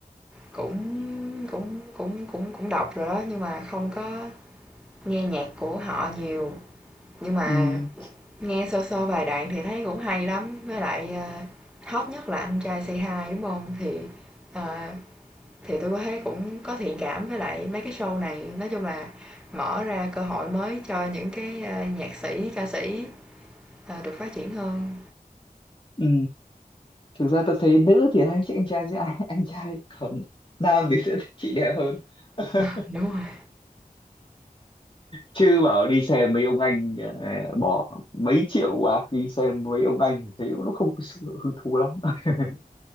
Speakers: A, in the centre; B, on the left (about 35°).
A: cũng cũng cũng cũng cũng đọc rồi đó, nhưng mà không có nghe nhạc của họ nhiều. Nhưng mà
B: ừ,
A: nghe sơ sơ vài đoạn thì thấy cũng hay lắm, với lại, ờ, hot nhất là Anh Trai Say Hi, đúng không Thì, ờ Thì tôi có thấy cũng có thiện cảm với lại mấy cái show này, nói chung là mở ra cơ hội mới cho những cái, a, nhạc sĩ, ca sĩ, ờ, được phát triển hơn.
B: ừ. Thực ra tôi thấy nữ thì anh chị anh trai sẽ- anh, anh trai còn nam thì sẽ thích chị đẹp hơn. <laughs>
A: <laughs> Đúng rồi,
B: Chứ bảo đi xem mấy ông anh ờ, bỏ mấy triệu bạc đi xem mấy ông anh thì thấy nó không có sự hứng thú lắm. <laughs>